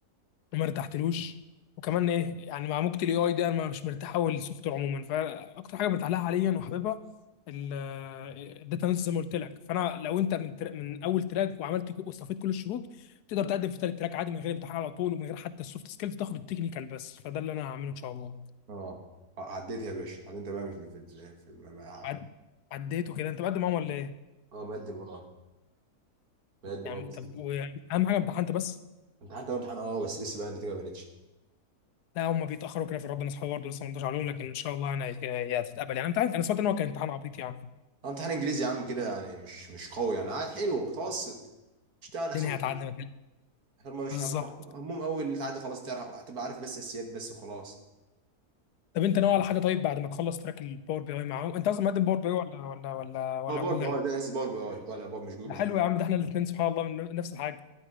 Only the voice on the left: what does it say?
وما ارتحتلوش وكمان ايه يعني مع موجة الاي اي ده انا مش مرتاح قوي للسوفت وير عموما فاكتر حاجه مرتاح لها حاليا وحاببها الداتا اناليسيس زي ما قلت لك فانا لو انت من تر... من اول تراك وعملت ك- واستفدت كل الشروط تقدر تقدم في ثالث تراك عادي من غير امتحان على طول ومن غير حتى السوفت سكيلز تاخد التكنيكال بس فده اللي انا هعمله ان شاء الله
عد... عديته كده انت مقدم معاهم ولا ايه؟
يا عم
طب واهم حاجه امتحنت بس
لا هم بيتاخروا كده في ربنا اصحابي برضه لسه ما ردوش عليهم لكن ان شاء الله يعني هي هي هتتقبل يعني انت عارف انا سمعت ان هو كان امتحان عبيط يعني
الدنيا هتعدي
بالظبط
طب انت ناوي على حاجه طيب بعد ما تخلص تراك الباور بي اي معاهم انت اصلا مقدم باور بي اي ولا ولا ولا ولا
جوجل
ده
حلو
يا عم ده احنا الاثنين سبحان الله من نفس الحاجه